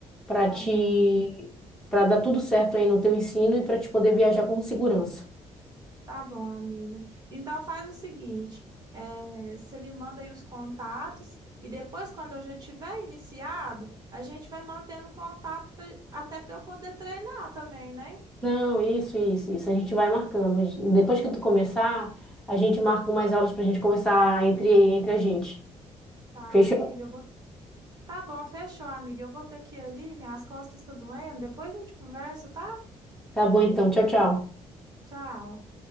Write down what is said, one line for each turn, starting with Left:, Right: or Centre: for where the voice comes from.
Centre: para
Right: Tá
Centre: te
Right: bom, amiga.
Centre: para dar tudo certo aí no teu ensino e para te poder viajar com segurança.
Right: Tá bom, amiga. Então faz o seguinte, é você me manda aí os contatos e depois, quando eu já tiver iniciado, a gente vai mantendo contato pra- até para eu poder treinar também, né?
Centre: Não, isso, isso, isso. A gente vai marcando. Depois que tu começar, a gente marca mais aulas pra gente começar entre, entre a gente.
Right: Tá,
Centre: Fechou?
Right: amiga, eu vou Tá bom, fechou, amiga. Eu vou ter que ir ali, minhas costas estão doendo. Depois a gente conversa, tá?
Centre: Tá bom então. Tchau, tchau.
Right: Tchau.